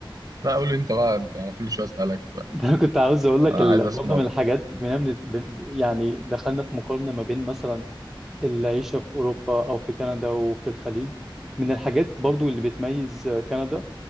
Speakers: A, on the right (about 45°); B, in the centre.
A: لا قول لي انت بقى انت انا كل شويه اسالك
B: ده انا كنت عاوز اقول لك
A: انا
B: ال-
A: عايز اسمع
B: برضه من الحاجات بما إن ب- ب- يعني دخلنا في مقارنة ما بين مثلا العيشة في اوروبا او في كندا وفي الخليج من الحاجات برضه اللي بتميز كندا